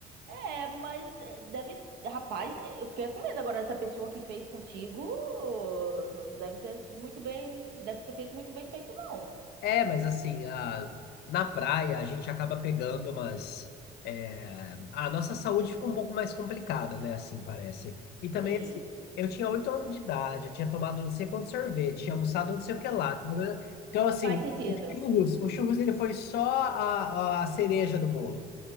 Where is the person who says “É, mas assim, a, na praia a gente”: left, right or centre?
Left